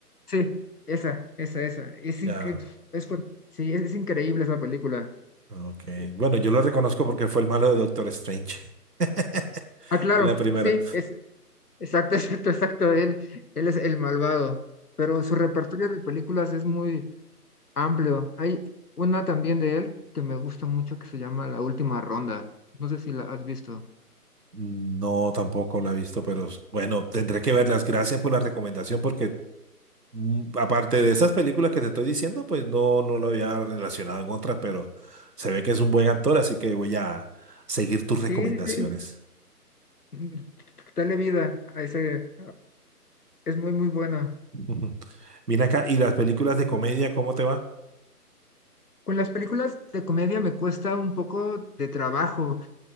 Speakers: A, on the left (about 70°); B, on the right (about 75°).
A: sí, esa, esa, esa. Es,
B: Ya,
A: incre- es, fu- sí, es, es increíble esa película.
B: ok.
A: Eh,
B: Bueno, yo lo reconozco porque fue el malo de Doctor Strange. <laughs>
A: ah, claro,
B: Es la primera.
A: sí, es, exacto, <laughs> exacto, exacto. Él, él es el malvado, pero su repertorio de películas es muy amplio. Hay una también de él que me gusta mucho que se llama La Última Ronda. No sé si la has visto.
B: No, tampoco la he visto, pero bueno, tendré que verlas. Gracias por la recomendación porque Mm, Aparte de esas películas que te estoy diciendo, pues no, no lo había relacionado en otras, pero se ve que es un buen actor, así que voy a seguir tus
A: Sí,
B: recomendaciones.
A: sí, sí. Mm, Dale vida a ese. Es muy, muy buena.
B: Ujú. Mira acá, ¿y las películas de comedia, cómo te va?
A: Con las películas de comedia me cuesta un poco de trabajo.